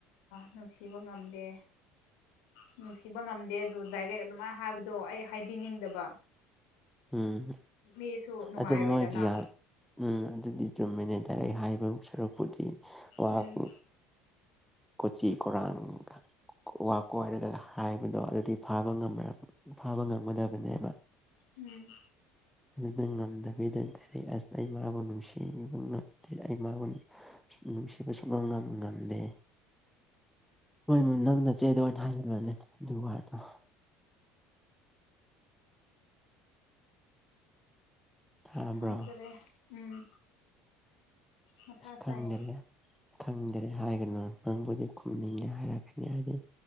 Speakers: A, on the left (about 75°); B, in the centre.
A: ꯅꯨꯡꯁꯤꯕ ꯉꯝꯗꯦ ꯅꯨꯡꯁꯤꯕ ꯉꯝꯗꯦ ꯑꯗꯨ ꯗꯥꯏꯔꯦꯛ ꯑꯗꯨꯃꯥꯏꯅ ꯍꯥꯏꯕꯗꯣ ꯑꯩ ꯍꯥꯏꯕꯤꯅꯤꯡꯗꯕ
B: ꯎꯝ
A: ꯃꯤꯁꯨ ꯅꯨꯡꯉꯥꯏꯔꯣꯏꯗꯅ
B: ꯑꯗꯨ ꯃꯣꯏꯒꯤ ꯎꯝ ꯑꯗꯨꯗꯤ ꯑꯗꯨꯝ ꯃꯦꯅꯦꯖꯔ ꯑꯩ ꯍꯥꯏꯕ ꯁꯔꯄꯨꯗꯤꯤ ꯋꯥꯥꯛ
A: ꯎꯝ
B: ꯀꯣꯆꯤ ꯀꯔꯥꯡꯒ ꯋꯥ ꯀꯣꯏꯔꯒ ꯍꯥꯏꯕꯗꯣ ꯑꯗꯨꯗꯤ ꯐꯥꯕ ꯉ ꯐꯥꯕ ꯉꯝꯒꯗꯕꯅꯦꯕ
A: ꯎꯝ
B: ꯑꯗꯨꯗ ꯉꯝꯗꯕꯤꯗꯔ ꯑꯁ ꯑꯩ ꯃꯔꯥꯕꯨ ꯅꯨꯡꯁꯤ ꯁꯤꯕ ꯉꯝꯗꯦ ꯑꯩ ꯃꯥꯕꯨ ꯅꯨꯡꯁꯤꯕ ꯁꯨꯕ ꯉꯝꯗꯦ ꯍꯣꯏ ꯃ ꯅꯪꯅ ꯆꯦꯗ ꯑꯣꯏꯅ ꯍꯥꯏꯖꯂꯅꯦ ꯑꯗꯨꯗꯣ ꯇꯥꯕ꯭ꯔꯣ
A: ꯈꯪꯗ꯭ꯔꯦ ꯎꯝ ꯃꯊꯥ
B: ꯈꯪꯗ꯭ꯔꯦ
A: ꯁꯥꯏ
B: ꯈꯪꯗꯔꯦ ꯍꯥꯏꯒꯅꯨ ꯅꯪꯕꯨꯗꯤ ꯈꯨꯝꯅꯤꯡꯒꯦ ꯍꯥꯏꯔꯛꯀꯅꯤ ꯍꯥꯏꯗꯤ